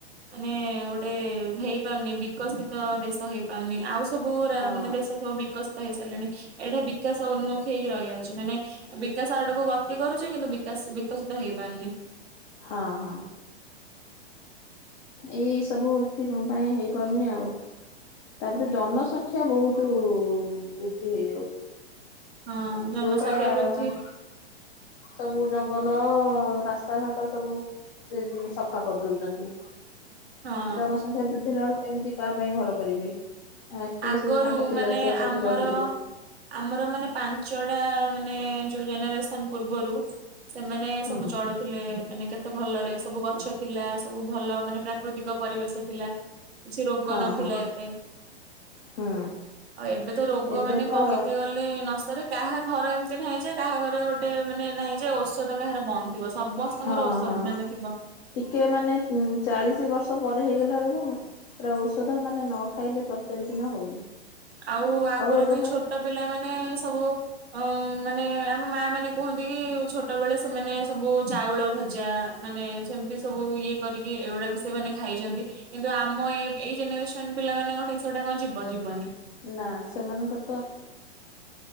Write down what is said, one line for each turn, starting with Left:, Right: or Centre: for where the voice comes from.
Right: ମାନେ ଗୋଟେ ହେଇପାରୁନି ବିକଶିତ ଦେଶ ହେଇପାରୁନି ଆଉ। ସବୁ ଉରା
Left: ହଁ
Right: ମାନେ ଦେଶ ସବୁ ବି ବିକଶିତ ହେଇସାରିଲାଣି ଏଇଟା ବିକାଶ ଉନ୍ମୁଖ ହେଇକି ରହିଯାଉଛି ମାନେ ବିକାଶ ଆଡକୁ ଗ ତି କରୁଛି କିନ୍ତୁ ବିକାଶ ବିକଶିତ ହେଇପାରୁନି।
Left: ହଁ ହଁ। ଏଇ ସବୁ ଏଥି ପାଇଁ ହେଇପାରୁନି ଆଉ। ତାପରେ ଜନସଂଖ୍ୟା। ଶିକ୍ଷା ବହୁତ ବୃଦ୍ଧି ହୋଇଯାଉଛି।
Right: ହଁ ଜନସଂଖ୍ୟା
Left: ଯୋଉଟା
Right: ବୃଦ୍ଧି
Left: ମାନେ ସବୁ ଜଙ୍ଗଲ ରାସ୍ତା ଘାଟ ସବୁ ସେ ସଫା କରିଦୋଉଛନ୍ତି।
Right: ହଁ
Left: ଜନସଂଖ୍ୟା ବୃଦ୍ଧିରା ବେଳକୁ କେମିତି ତା ପାଇଁ ଘର। କରିବେ। ଆ କିଏ
Right: ଆଗରୁ
Left: ସେ ତାଙ୍କ ପିଲା
Right: ମାନେ
Left: ଛୁଆ ସବୁ
Right: ଆମର
Left: ରହିବେ
Right: ଆମର ମାନେ ପାଞ୍ଚଟା ମାନେ। ମାନେ ଯୋଉ ଜେନେରେସନ ପୂର୍ବରୁ। ସେମାନେ
Left: ହୁଁ
Right: ସବୁ ଚଳୁଥିଲେ ମାନେ କେତେ ଭଲରେ ସବୁ ଗଛ ଥିଲା ସବୁ ଭଲ ମାନେ ପ୍ରାକୃତିକ ପରିବେଶ ଥିଲା। କିଛି ରୋଗ
Left: ହଁ
Right: ନଥିଲା
Left: ହଁ
Right: ଏତେ।
Left: ହୁଁ
Right: ଆଉ ଏବେ ତ ରୋଗ
Left: ଏବେ
Right: ମାନେ
Left: ତ
Right: କହିତେ ଗଲେ ନ ସରେ କାହା ଘର ଏମିତି ନାହିଁଯେ କାହା କାହାଘରେ ଗୋଟେ ମାନେ ନାହିଁ ଯେ ଔଷଧ କାହାର ବନ୍ଦ। ଥିବ ସମସ୍ତଙ୍କର
Left: ହଁ
Right: ଔଷଧ
Left: ହଁ
Right: ମାନେ
Left: ଟିକେ
Right: ଥିବ।
Left: ମାନେ ଚାଳିଶ ବର୍ଷ। ପ ହେଇଗଲା ବେଳକୁ ପୁରା ଔଷଧ ମାନେ ନ ଖାଇଲେ ପ୍ରତ୍ୟେକ ଦିନ ହଉନି।
Right: ଆଉ ଆଗରୁ
Left: ଏବେ
Right: ବି
Left: ତ
Right: ଛୋଟ ପିଲାମାନୋନ ସବୁ ଉଁ। ମାନେ ଆମ ମା ମାନେ କୁହନ୍ତି କି ଛୋଟ ବେଳେ ସେମାନେ ସବୁ ଚାଉଳ ଭଜା ମାନେ ସେମିତି ସବୁ ଇଏ କରିକି ଏଗୁଡା ବି ସେମାନେ ଖାଇଛନ୍ତି କିନ୍ତୁ ଆମ ଏ ଏଇ ଜେନେରେସନ ପିଲାମାନଙ୍କ ଠିକ ସେଗୁଡା କଣ ଯିବ ଯବନି।
Left: ନା ସେମାନଙ୍କର ତ।